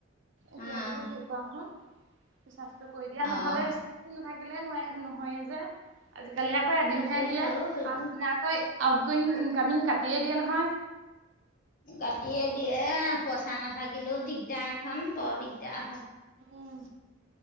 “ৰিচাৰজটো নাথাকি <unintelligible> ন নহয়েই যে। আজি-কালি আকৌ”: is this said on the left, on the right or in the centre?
Right